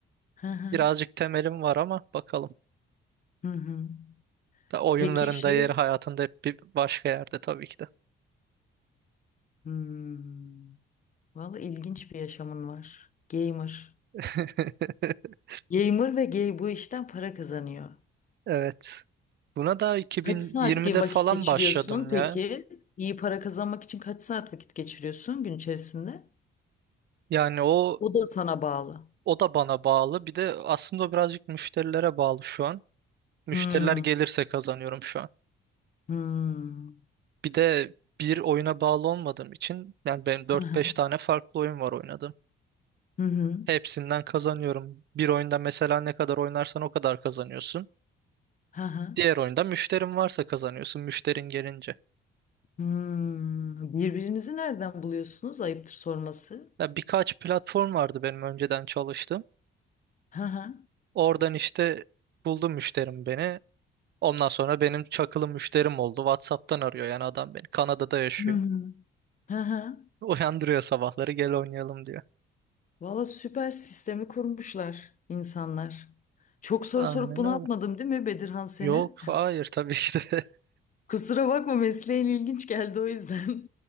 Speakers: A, on the left; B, on the right.
A: Hı hı.
B: Birazcık temelim var ama bakalım.
A: Hı hı.
B: Da oyunlarında
A: Peki şey
B: yeri hayatında hep bir başka yerde tabii ki de.
A: hmm, Vallahi ilginç bir yaşamın var. Gamer.
B: <laughs>
A: Gamer ve gay bu işten para kazanıyor.
B: Evet. Buna da 2020'de
A: Kaç saat gibi vakit
B: falan
A: geçiriyorsun
B: başladım
A: peki?
B: ya.
A: İyi para kazanmak için kaç saat vakit geçiriyorsun gün içerisinde?
B: Yani o
A: O da sana bağlı.
B: o da bana bağlı. Bir de aslında birazcık müşterilere bağlı şu an. Müşteriler
A: Hmm.
B: gelirse kazanıyorum şu an.
A: Hmm.
B: Bir de bir oyuna bağlı olmadığım için yani benim dört
A: Hı hı.
B: beş tane farklı oyun var oynadım.
A: Hı hı.
B: Hepsinden kazanıyorum. Bir oyunda mesela ne kadar oynarsan o kadar kazanıyorsun.
A: Hı hı.
B: Diğer oyunda müşterin varsa kazanıyorsun müşterin gelince.
A: Hmm. Birbirinizi nereden buluyorsunuz? Ayıptır sorması.
B: Ya birkaç platform vardı benim önceden çalıştığım.
A: Hı hı.
B: Oradan işte buldu müşterim beni. Ondan sonra benim çakılı müşterim oldu. WhatsApp'tan arıyor yani adam beni. Kanada'da yaşıyor.
A: Hı hı. Hı hı.
B: <laughs> Uyandırıyor sabahları gel oynayalım diyor.
A: Valla süper sistemi kurmuşlar insanlar. Çok soru
B: Aynen
A: sorup bunaltmadım
B: öyle.
A: değil mi Bedirhan seni?
B: Yok hayır
A: <laughs>
B: tabii ki de. <laughs>
A: Kusura bakma mesleğin ilginç geldi o yüzden.